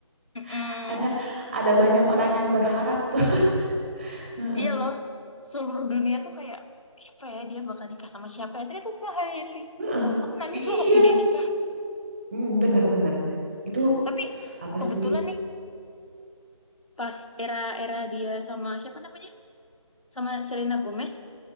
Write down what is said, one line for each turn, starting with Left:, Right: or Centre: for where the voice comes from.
Left: mm-mm.
Right: <laughs> Ada ada banyak orang yang berharap tuh. <laughs> Heeh.
Left: iya loh seluruh dunia tuh kayak siapa ya dia bakal nikah sama siapa ya ternyata sama Hailey
Right: Heeh.
Left: aku nangis
Right: Iya,
Left: loh waktu dia nikah
Right: Mm, bener-bener. Itu
Left: tapi
Right: apa
Left: kebetulan
Right: sih?
Left: nih pas era-era dia sama siapa namanya sama Selena Gomez